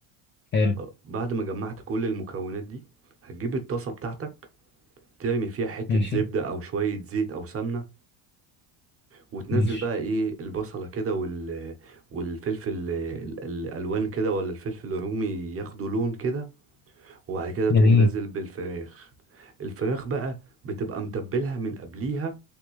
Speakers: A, on the left; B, on the right.
A: حلو
B: خلاص. بعد ما جمعت كل المكونات دي هتجيب الطاسة بتاعتك ترمي فيها حتة
A: ماشي
B: زبدة أو شوية زيت أو سمنة وتنزل
A: ماشي
B: بقى إيه البصلة كده وال... والفلفل ال- ال- الألوان كده ولا الفلفل الرومي ياخدوا لون كده وبعد كده
A: جميل
B: تقوم نازل بالفراخ الفراخ بقى بتبقى متبلها من قبليها